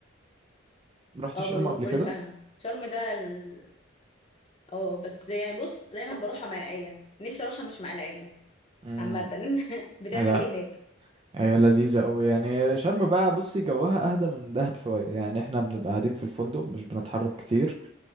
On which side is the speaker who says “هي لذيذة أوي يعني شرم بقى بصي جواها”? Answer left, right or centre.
Right